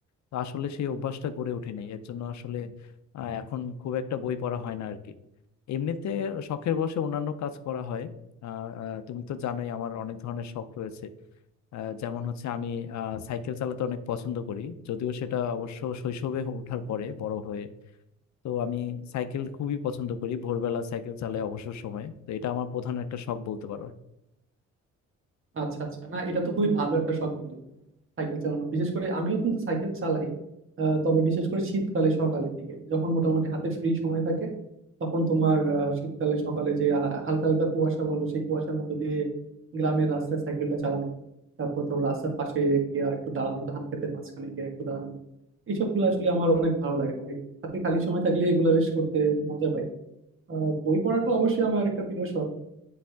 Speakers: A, on the left (about 65°); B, on the right (about 45°).
A: তো আসলে সেই অভ্যাসটা গড়ে ওঠেনি এর জন্য আসলে আহ, এখন খুব একটা বই পড়া হয় না আর কি এমনিতে শখের বশে অন্যান্য কাজ করা হয় আহ, আহ, তুমি তো জানোই আমার অনেক ধরনের শখ রয়েছে আহ, যেমন হচ্ছে আমি আহ, সাইকেল চালাতে অনেক পছন্দ করি যদিও সেটা অবশ্য শৈশবে ওঠার পরে বড় হয়ে তো আমি সাইকেল খুবই পছন্দ করি ভোরবেলা সাইকেল চালাই অবসর সময়ে তো এটা আমার প্রধান একটা শখ বলতে পারো
B: আচ্ছা আচ্ছা না এটা তো খুবই ভালো একটা শখ বন্ধু সাইকেল চালানো বিশেষ করে আমিও কিন্তু সাইকেল চালাই আহ, তবে বিশেষ করে শীতকালে সকালের দিকে যখন মোটামুটি হাতে ফ্রি সময় থাকে তখন তোমার আহ, শীতকালে সকালে যে আহ, হালকা হালকা কুয়াশা বলো সেই কুয়াশার মধ্যে দিয়ে গ্রামের রাস্তায় সাইকেলটা চালানো তারপর ধরো রাস্তার পাশে গিয়ে একটু দাঁড়ানো ধান ক্ষেতের মাঝখানে গিয়ে একটু দাঁড়ানো এইসব গুলো আসলে আমার অনেক ভালো লাগে মানে হাতে খালি সময় থাকলে এগুলো বেশ করতে মজা পাই আহ, বই পড়াটা অবশ্যই আমার একটা প্রিয় শখ